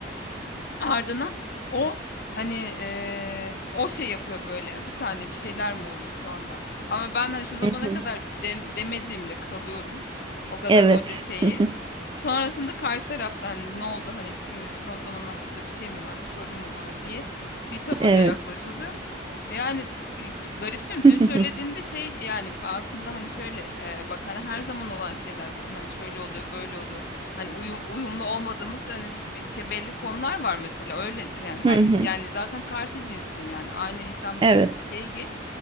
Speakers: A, on the left; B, on the right.
A: <clears throat> ardına o hani e, o şey yapıyor böyle. Bir saniye bir şeyler mi oluyor şu anda? Ama ben hani şu zamana
B: hı hı.
A: kadar de- demediğimle kalıyorum. O kadar
B: Evet.
A: onca şeyi.
B: <laughs>
A: Sonrasında karşı taraftan hani ne oldu hani ilişkimizde son zamanlarda bir şey mi var, bir sorun mu var diye bir tavırla
B: Evet.
A: yaklaşılıyor. Yani Garipsiyorum.
B: <laughs>
A: Dün söylediğinde şey yani aslında hani şöyle e, bak hani her zaman olan şeyler dedim. Hani şöyle oluyor, böyle oluyor. Hani uyum, uyumlu olmadığımız hani bir- bir- işte belli konular var mesela öyledir. Yani her
B: Hı hı.
A: yani zaten karşı cinsin yani aynı insan
B: Evet,
A: şeye geç